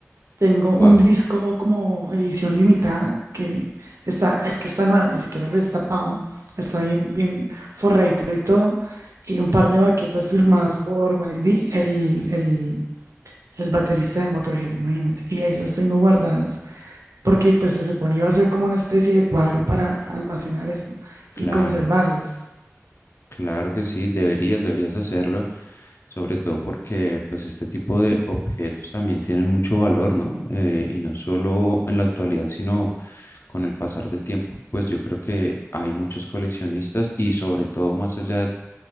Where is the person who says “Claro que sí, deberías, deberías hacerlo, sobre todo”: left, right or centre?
Left